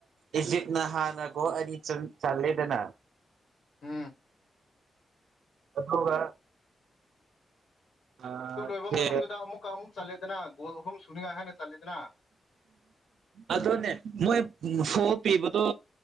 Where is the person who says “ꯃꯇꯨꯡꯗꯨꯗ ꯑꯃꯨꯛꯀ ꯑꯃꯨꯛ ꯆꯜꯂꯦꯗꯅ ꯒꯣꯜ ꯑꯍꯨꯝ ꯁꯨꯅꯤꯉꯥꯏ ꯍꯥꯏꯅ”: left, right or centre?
Left